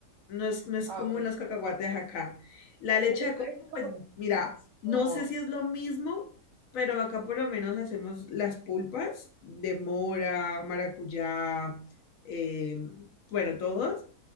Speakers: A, on the left; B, on the right.
A: No es, no es
B: Ah,
A: común
B: ok.
A: los cacahuates acá. La leche
B: Pero
A: de coco,
B: es como
A: pues mira, no
B: o
A: sé si es lo mismo, pero acá por lo menos hacemos las pulpas de mora, maracuyá, eh, bueno, todos.